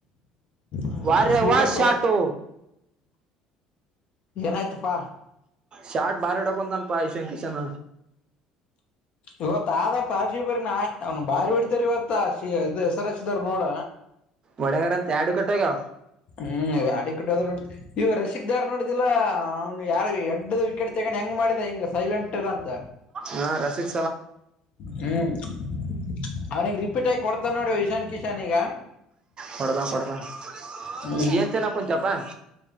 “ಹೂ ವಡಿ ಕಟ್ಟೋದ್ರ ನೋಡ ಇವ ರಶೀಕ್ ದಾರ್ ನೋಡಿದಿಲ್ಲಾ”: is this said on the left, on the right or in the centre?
Left